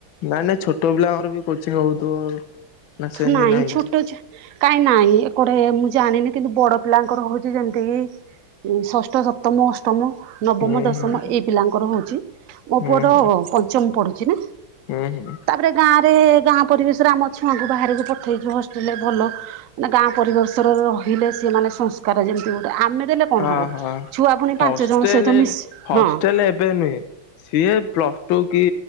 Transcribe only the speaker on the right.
ନାହିଁ
ଛୋଟ ଛୁଆ କାଇଁ ନାଇଁ ଏପଟେ ମୁଁ ଜାଣିନି କିନ୍ତୁ ବଡ ପିଲାଙ୍କର ହଉଛି ଯେମିତିକି। ଷଷ୍ଠ ସପ୍ତମ ଅଷ୍ଟ ମ ନବମ
ଦଶମ
ଏଇ ପିଲାଙ୍କର ହଉଛି ମୋ
ପୁଅତ
ପଞ୍ଚମ ପଢ଼ୁଛି ନା।
ତାପରେ ଗାଁରେ ଗାଁ ପରିବେଶରେ ଆମ ଛୁଆଙ୍କୁ ବାହାରକୁ ପଠେଇଛୁ ହଷ୍ଟେଲରେ ଭଲ। ମାନେ ଗାଁ ପରିବର୍ଷରେ ରହିଲେ ସିଏ ମାନେ ସଂସ୍କାର ଯେମିତି ଗୋଟେ ଆମେ ଦେଲେ। କଣ
ହବ
ଛୁଆ ପୁଣି
ପାଞ୍ଚ ଜଣ ସହିତ ମିଶି
ହଁ